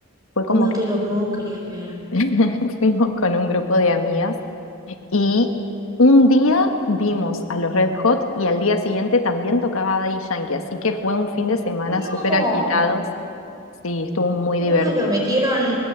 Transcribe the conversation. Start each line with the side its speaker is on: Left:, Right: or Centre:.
Left: Fue como
Right: no
Left: que
Right: te lo puedo creer.
Left: <laughs> fuimos con un grupo de amigas y un día vimos a los Red Hot y al día siguiente también tocaba Daddy Yankee, así que fue un fin de semana
Right: No,
Left: súper agitados. Sí, estuvo muy
Right: claro,
Left: divertido.
Right: metieron